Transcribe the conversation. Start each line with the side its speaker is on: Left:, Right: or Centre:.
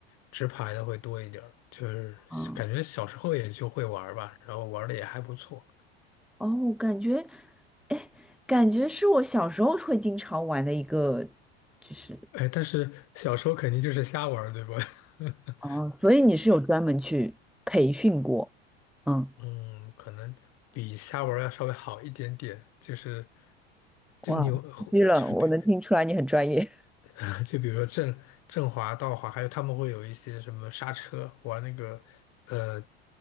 Left: 直排的会多一点儿就是感觉小时候也就会玩儿吧，
Centre: 啊
Left: 然后玩的也还不错。
Centre: 哦，感觉，哎，感觉是我小时候会经常玩的一个，就是
Left: 哎，但是小时候肯定就是瞎玩儿对吧？<laughs>
Centre: 哦，所以你是有专门去培训过，嗯，
Left: 嗯，可能比虾玩要稍微好一点点，就是，
Centre: 哇，
Left: 就你有
Centre: 虚了，
Left: 就是比
Centre: 我能听出来你很专业。<laughs>
Left: <laughs>，就比如说正正滑倒滑，还有他们会有一些什么刹车，玩那个，呃，